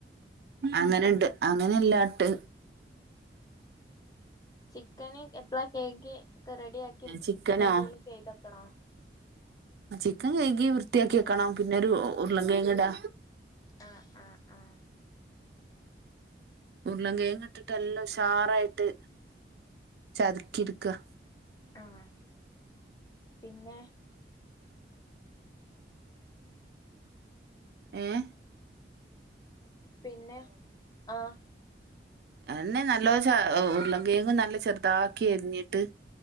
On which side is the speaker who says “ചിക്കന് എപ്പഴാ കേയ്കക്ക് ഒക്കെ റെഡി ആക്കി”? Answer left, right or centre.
Left